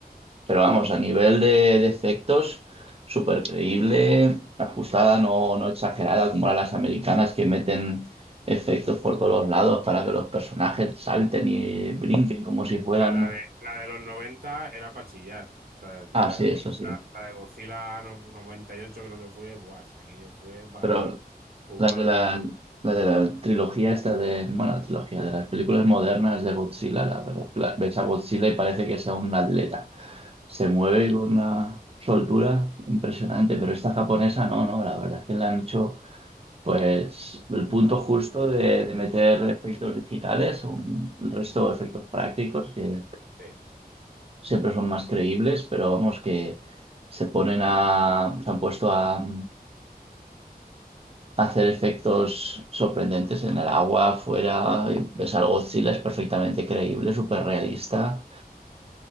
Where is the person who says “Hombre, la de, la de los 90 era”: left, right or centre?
Right